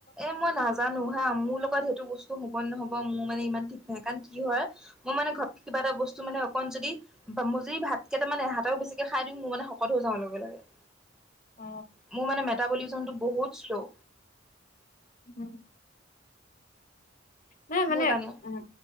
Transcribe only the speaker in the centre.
এ মই নাজানোঁ হা, মোৰ লগত সেইটো বস্তু হ'ব নে নহ'ব। মোৰ মানে ইমান ঠিক নাই হা, কাৰণ কি হয়- মই মানে ঘপকে কিবা এটা বস্তু মানে অকণ যদি। বা মোৰ যদি ভাত কেইটা মানে এহেতাও বেছিকে খাই দিওঁ, মই মানে শকত হৈ যাওঁ লগে লগে।
মোৰ মানে মেটাবলিচমটো বহুত শ্ল'।
সেইকাৰণে।